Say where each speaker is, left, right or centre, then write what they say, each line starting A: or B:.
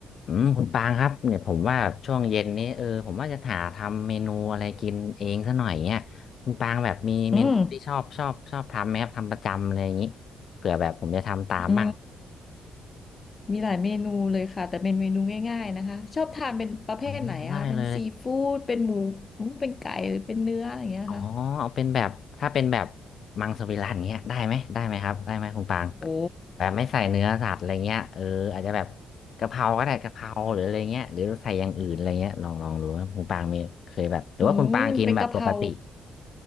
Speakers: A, on the left; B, on the left.
A: อืมคุณปางครับเนี่ยผมว่าช่วงเย็นนี้เออผมว่าจะหาทำเมนูอะไรกินเองซะหน่อยเนี่ยคุณปางแบบมีเมนูที่ชอบชอบชอบทำไหมครับทำประจำอะไรอย่างนี้เผื่อแบบผมจะทำตามบ้าง
B: อืมอืมมีหลายเมนูเลยค่ะแต่เป็นเมนูง่ายๆนะคะชอบทานเป็นประเภทไหนอะคะเป็นซีฟู้ดเป็นหมูหมูเป็นไก่หรือเป็นเนื้ออะไรอย่างเงี้ยค่ะ
A: อ๋อได้เลยอ๋อเอาเป็นแบบถ้าเป็นแบบมังสวิรัติเงี้ยได้ไหมได้ไหมครับได้ไหมคุณปาง
B: โอ้
A: แบบไม่ใส่เนื้อสัตว์อะไรเงี้ยเอออาจจะแบบกะเพราก็ได้กะเพราหรืออะไรเงี้ยหรือใส่อย่างอื่นอะไรเงี้ยลองลองดูว่าคุณปางมีเคยแบบหรือว่าคุณปางกินแบบปกติ
B: อืมเป็นกะเพรา